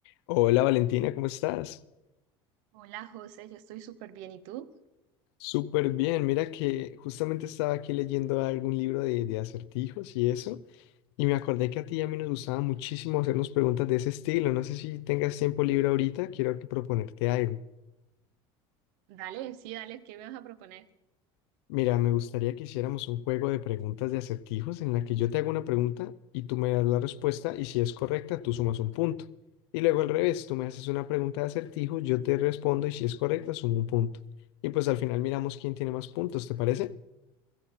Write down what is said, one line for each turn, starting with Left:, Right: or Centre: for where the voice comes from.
Left: Hola Valentina, ¿cómo estás?
Right: Hola José, yo estoy súper bien. ¿Y tú?
Left: Súper bien, mira que justamente estaba aquí leyendo algún libro de, de acertijos y eso, y me acordé que a ti y a mí nos gustaba muchísimo hacernos preguntas de ese estilo, no sé si tengas tiempo libre ahorita, quiero que proponerte algo.
Right: Dale, sí, dale, ¿qué me vas a proponer?
Left: Mira, me gustaría que hiciéramos un juego de preguntas de acertijos en la que yo te hago una pregunta y tú me das la respuesta y si es correcta, tú sumas un punto. Y luego al revés, tú me haces una pregunta de acertijo, yo te respondo y si es correcta, sumo un punto. Y pues al final miramos quién tiene más puntos, ¿te parece?